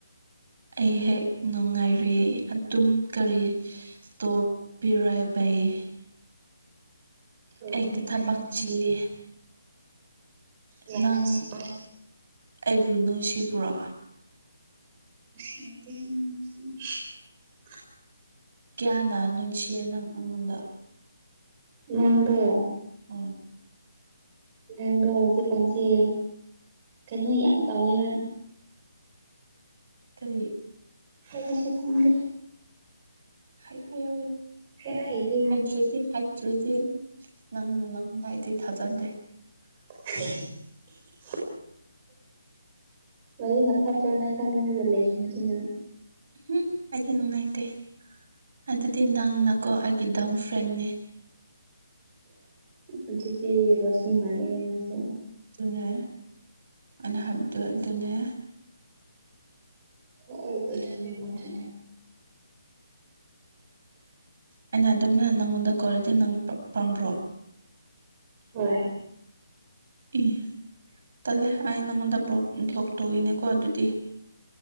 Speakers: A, on the right (about 45°); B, on the right (about 20°).
A: ꯑꯩ ꯍꯦꯛ ꯅꯨꯡꯉꯥꯏꯔꯤ ꯑꯗꯨꯝ ꯀꯔꯤ ꯇꯣꯄꯤꯔ ꯚ ꯍ
B: ꯍꯣꯏ
A: ꯑꯦ
B: ꯍꯣꯏ
A: ꯊꯕꯛ
B: ꯐꯔꯦ ꯐꯔꯦ
A: ꯆꯂꯦ
B: ꯌꯥꯝꯅ
A: ꯅꯪ
B: ꯆꯦꯟꯕ
A: ꯑꯩꯕꯨ ꯅꯨꯡꯁꯤꯕ꯭ꯔꯣ
B: <unintelligible>
A: ꯀꯌꯥꯅ ꯅꯨꯡꯁꯤꯌꯦ ꯅꯪ ꯑꯩꯉꯣꯟꯗ
B: ꯅꯪꯗꯣ
A: ꯍꯣꯏ
B: ꯍ ꯍꯧꯖꯤ ꯀꯁꯤ ꯁꯦ ꯀꯩꯅꯣ ꯌꯥꯝ ꯇꯧꯋꯦꯕ
A: ꯀꯔꯤ
B: ꯍꯗꯤꯁꯨ ꯊꯗꯤ
A: ꯍꯥꯏ ꯍꯥꯏ ꯍꯥꯏ
B: ꯍꯥꯏꯕ ꯍꯩꯇꯦꯕ
A: ꯍꯥꯏꯗ꯭ꯔꯗꯤ ꯍꯥꯏꯇ꯭ꯔꯗꯤ ꯅꯪ ꯅꯪꯗꯥꯏꯗꯤ ꯊꯥꯖꯗꯦ
B: <unintelligible> ꯃꯗꯨꯅ
A: ꯎꯝꯍꯨꯝ
B: ꯐꯠꯇ꯭ꯔꯣꯅꯪ ꯈꯪꯅꯤꯡꯉꯒ ꯂꯩꯈꯤꯕ ꯃꯗꯨꯅ
A: ꯎꯝ ꯑꯗꯤ ꯅꯥꯏꯇꯦ ꯑꯗꯨꯗꯤ ꯅꯪꯅꯀꯣ ꯑꯩꯒꯤ ꯗꯝ ꯐ꯭ꯔꯦꯡꯅꯤ
B: ꯑꯦꯖꯤꯗꯤ ꯔꯣꯁꯅꯤ ꯃꯥꯂꯅꯁꯨ
A: ꯑꯗꯨꯅꯦ ꯑꯅꯍꯞꯗꯨꯅꯦ
B: ꯍ ꯃꯖꯅꯤ ꯃꯅꯤ
A: ꯑꯩꯅ ꯑꯗꯨꯝꯅ ꯅꯪꯉꯣꯟꯗ ꯀꯣꯂꯗꯤ ꯅꯪ ꯄꯥꯝꯕ꯭ꯔꯣ
B: ꯍꯣꯏ
A: ꯏ ꯇꯜꯂꯦ ꯑꯩ ꯅꯪꯉꯣꯟꯗꯣꯛ ꯕ꯭ꯂꯣꯛ ꯇꯧꯈꯤꯅꯦꯀꯣ ꯑꯗꯨꯗꯤ